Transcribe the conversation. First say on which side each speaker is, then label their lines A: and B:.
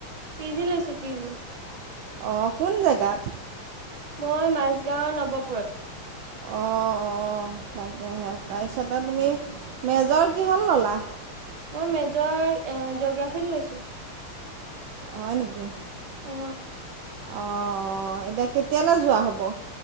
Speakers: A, on the right; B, on the right.
A: পি জি লৈছো পি জি।
B: অ কোন জেগাত?
A: মই মাজগাঁও নৱপুৰত।
B: অ অ। তাকেহে তাৰপিছতে তুমি মেজৰ কিহত ল'লা?
A: মই মেজৰ এ জগ্ৰাফী লৈছো।
B: হয় নেকি?
A: অ।
B: অ এতিয়া কেতিয়ালৈ যোৱা হ'ব?